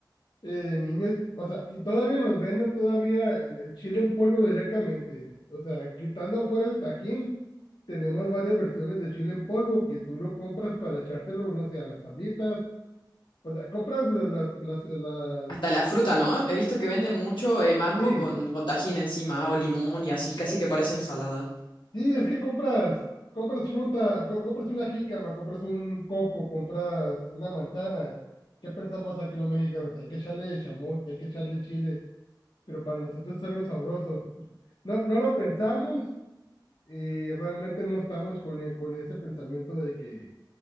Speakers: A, on the left; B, on the left.
A: eh, de niños, o sea, y todavía nos venden todavía el, el chile en polvo directamente. O sea, quitando fuera el tajín, tenemos varias versiones de chile en polvo que tú lo compras para echárselo, no sé, a las sabritas O sea, compras las, las, las-
B: Hasta la fruta, ¿no? He visto que venden
A: la-
B: mucho eh, mango
A: sí,
B: con, con tajín encima o limón y así, casi que parece ensalada.
A: sí, es que compras, compras fruta, co- compras una jícama, compras un coco, compras una manzana. ¿Qué pensamos aquí los mexicanos? Hay que echarle chamoy, hay que echarle chile, pero para nosotros es algo sabroso. No, no lo pensamos y realmente no estamos con, e- con ese pensamiento de que eh,